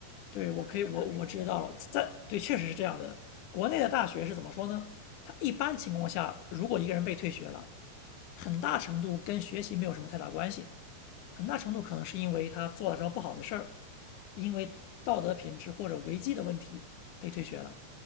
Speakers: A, on the left (about 70°); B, in the centre.
A: 对，
B: 就是很很严格。
A: 我可以，我我知道了，在对，确实是这样的。国内的大学是怎么说呢？他一般情况下，如果一个人被退学了，很大程度跟学习没有什么太大关系，很大程度可能是因为他做了什么不好的事儿，因为道德品质或者违纪的问题被退学了。